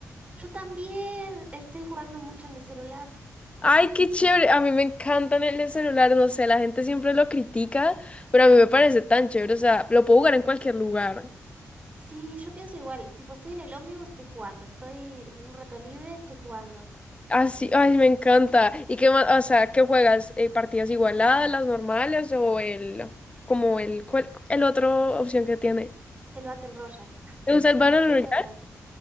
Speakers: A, on the right; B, on the left.
A: Yo también estoy jugando mucho en el celular.
B: Ay, qué chévere. A mí me encantan el celular, no sé, la gente siempre lo critica, pero a mí me parece tan chévere, o sea, lo puedo jugar en cualquier lugar.
A: Sí, yo pienso igual, tipo estoy en el ómnibus, estoy jugando, estoy en un rato libre, estoy jugando.
B: Así, ay, me encanta. ¿Y qué más? O sea, ¿qué juegas? Eh, ¿partidas igualadas, las normales o el, como el, cuál- el otro opción que tiene?
A: El Battle Royale, <laughs>
B: ¿Te gusta el Battle
A: esa
B: Royale?
A: es la otra.